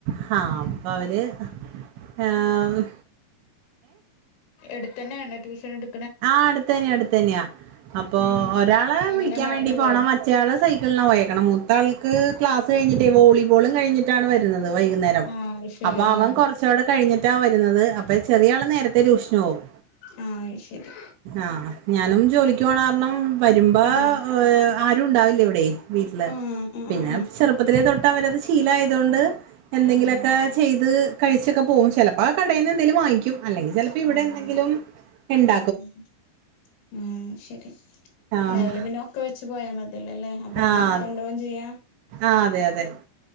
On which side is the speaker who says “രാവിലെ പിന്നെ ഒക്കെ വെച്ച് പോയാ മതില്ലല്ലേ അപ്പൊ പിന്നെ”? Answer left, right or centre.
Left